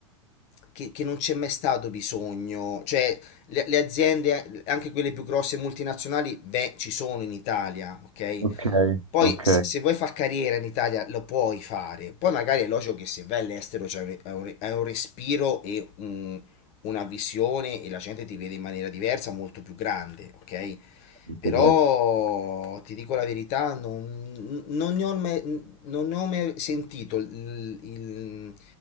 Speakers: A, on the left; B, on the right.
A: che, che non c'è mai stato bisogno, cioè le, le aziende, anche quelle più grosse multinazionali, beh, ci sono in Italia, ok?
B: ok,
A: Poi
B: ok,
A: se se vuoi far carriera in Italia lo puoi fare, poi magari è logico che se vai all'estero c'è un, è un re- è un respiro e un- una visione e la gente ti vede in maniera diversa, molto più grande, ok?
B: certo,
A: Però
B: certo.
A: ti dico la verità, non, non ne ho mai, non ne ho mai sentito il, il-